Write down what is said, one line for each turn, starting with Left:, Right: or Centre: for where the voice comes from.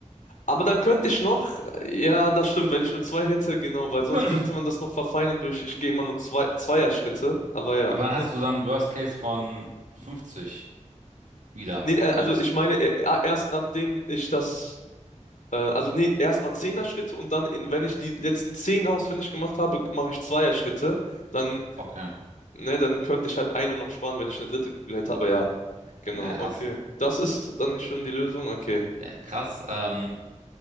Left: Aber dann könnte ich noch, ja, das stimmt, wenn ich nur zwei hätte, genau, weil sonst
Right: <clears throat> Aber
Left: könnte man das noch verfeinern durch, ich gehe immer nur zwei, Zweierschritte, aber ja.
Right: dann hast du dann einen Worst Case von 50 wieder.
Left: Nee, äh,
Right: Wenn
Left: also
Right: du
Left: ich meine, äh, äh, erst nachdem ich das, äh, also nee, erstmal Zehner-Schritte und dann, in, wenn ich die letzten zehn ausfindig gemacht habe, mache ich Zweierschritte, dann,
Right: Okay.
Left: ne, dann könnte ich halt eine noch sparen, wenn ich eine dritte Kugel hätte, aber ja, genau,
Right: Ja,
Left: okay.
Right: hast,
Left: Das ist dann nicht schon die Lösung? Okay,
Right: ja, krass. Ähm,